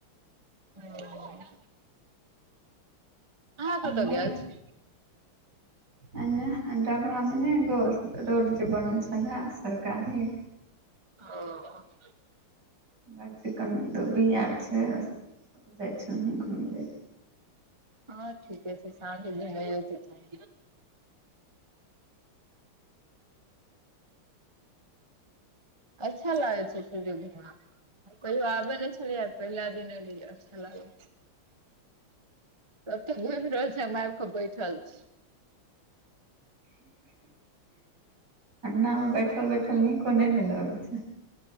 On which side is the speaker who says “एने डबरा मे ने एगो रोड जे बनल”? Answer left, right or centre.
Right